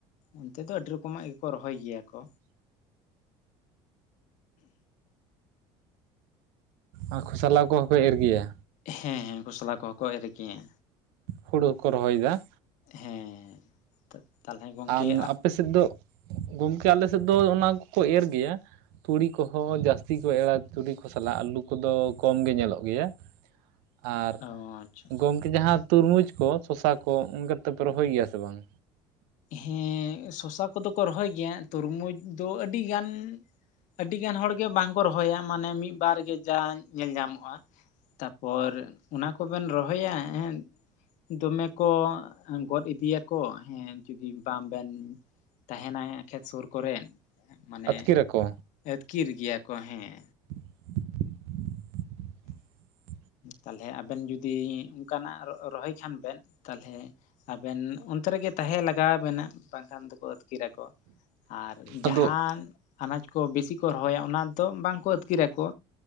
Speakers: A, on the left (about 65°); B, on the right (about 80°).
A: ᱚᱱᱛᱮ ᱫᱚ ᱟᱹᱰᱤ ᱨᱚᱠᱚᱢᱟᱜ ᱜᱮᱠᱚ ᱨᱚᱦᱚᱭ ᱜᱮᱭᱟ ᱠᱚ
B: ᱟᱨ ᱠᱷᱚᱥᱚᱞᱟ ᱠᱚᱦᱚᱸ ᱠᱚ ᱮᱨ ᱜᱮᱭᱟ
A: ᱦᱮᱸ ᱦᱮᱸ ᱠᱷᱚᱥᱞᱟ ᱠᱚᱦᱚᱸ ᱠᱚ ᱮᱨ ᱜᱮᱭᱟ
B: ᱦᱩᱲᱩ ᱦᱚᱠᱚ ᱨᱚᱦᱚᱭᱮᱫᱟ
A: ᱦᱮᱸ ᱛᱟᱦᱚᱞᱮ ᱜᱚᱝᱠᱮ
B: ᱟᱨ ᱟᱯᱮ ᱥᱮᱫ ᱫᱚ ᱜᱚᱢᱠᱮ ᱟᱞᱮ ᱥᱮᱫ ᱫᱚ ᱚᱱᱟ ᱠᱚᱠᱚ ᱮᱨ ᱜᱮᱭᱟ ᱛᱩᱲᱤ ᱠᱚᱦᱚᱸ ᱡᱟᱹᱥᱛᱤ ᱠᱚ ᱮᱨᱟ ᱛᱩᱲᱤ ᱠᱚ ᱥᱟᱞᱟᱜ ᱟᱹᱞᱩ ᱠᱚᱫᱚ ᱠᱚᱢ ᱜᱮ ᱧᱮᱞᱚᱜ ᱜᱮᱭᱟ <inaudible> ᱟᱨ
A: ᱚ ᱟᱪᱪᱷᱟ ᱟᱪᱪᱷᱟ
B: ᱜᱚᱢᱠᱮ ᱡᱟᱦᱟᱸ ᱛᱩᱨᱢᱩᱡᱽ ᱠᱚ ᱥᱚᱥᱟ ᱠᱚ ᱚᱱᱠᱟ ᱛᱮᱯᱮ ᱨᱚᱦᱚᱭ ᱜᱮᱭᱟ ᱥᱮ ᱵᱟᱝ
A: ᱦᱮᱸ ᱥᱚᱥᱟ ᱠᱚᱫᱚ ᱠᱚ ᱨᱚᱦᱚᱭ ᱜᱮᱭᱟ ᱛᱚᱨᱢᱩᱡᱽ ᱫᱚ ᱟᱹᱰᱤᱜᱟᱱ ᱟᱹᱰᱤ ᱜᱟᱱ ᱦᱚᱲᱜᱮ ᱵᱟᱝ ᱠᱚ ᱨᱚᱦᱚᱭᱟ ᱢᱟᱱᱮ ᱢᱤᱫᱵᱟᱨ ᱜᱮ ᱡᱟ ᱧᱮᱞ ᱧᱟᱢᱚᱜᱼᱟ ᱛᱟᱯᱚᱨ ᱚᱱᱟ ᱠᱚᱵᱮᱱ ᱨᱚᱦᱚᱭᱟ ᱦᱮ ᱫᱚᱢᱮ ᱠᱚ ᱜᱚᱫ ᱤᱫᱤᱭᱟ ᱠᱚ ᱦᱮᱸ ᱡᱩᱫᱤ ᱵᱟᱝ ᱵᱮᱱ ᱛᱟᱦᱮᱱᱟ ᱠᱷᱮᱛ ᱥᱩᱨ ᱠᱚᱨᱮ ᱢᱟᱱᱮ
B: ᱟᱹᱛᱠᱤᱨ ᱟᱠᱚ
A: ᱟᱹᱛᱠᱤᱨ ᱜᱮᱭᱟ ᱠᱚ ᱦᱮᱸ
B: <inaudible>
A: ᱛᱟᱦᱚᱞᱮ ᱟᱵᱮᱱ ᱡᱩᱫᱤ ᱚᱱᱠᱟᱱᱟᱜ ᱨᱚᱦᱚᱭ ᱠᱷᱟᱱ ᱵᱮᱱ ᱛᱟᱦᱚᱞᱮ ᱟᱵᱮᱱ ᱚᱱᱛᱮ ᱨᱮᱜᱮ ᱛᱟᱦᱮᱸ ᱞᱟᱜᱟᱣ ᱟᱵᱮᱱᱟ ᱵᱟᱝᱠᱷᱟᱱ ᱫᱚ ᱠᱚ ᱟᱹᱛᱠᱤᱨ ᱟᱠᱚ ᱟᱨ ᱡᱟᱦᱟᱱ
B: ᱟᱫᱚ
A: ᱟᱱᱟᱡ ᱠᱚ ᱵᱮᱥᱤ ᱠᱚ ᱨᱚᱦᱚᱭᱟ ᱚᱱᱟ ᱫᱚ ᱵᱟᱝ ᱠᱚ ᱟᱹᱛᱠᱤᱨ ᱟᱠᱚ